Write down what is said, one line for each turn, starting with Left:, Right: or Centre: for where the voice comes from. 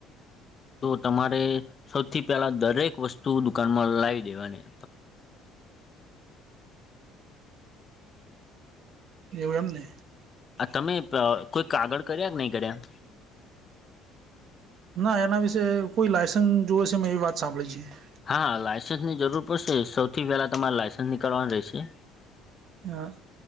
Left: તો તમારે સૌથી પેલા દરેક વસ્તુ દુકાનમાં લાવી દેવાની.
Right: એવુ એમને
Left: આ તમે કોઈ કાગળ કર્યા કે નહી કર્યા.
Right: ના એના વિશે કોઈ લાયસન્ જોવેશે મેં એવી વાત સાંભળી છેીએ.
Left: હા લાયઇસન્સ ની જરૂર પડશે સૌથી પહેલા તમારે લાયસન્સ નીકળવાનું રહેશે.
Right: હા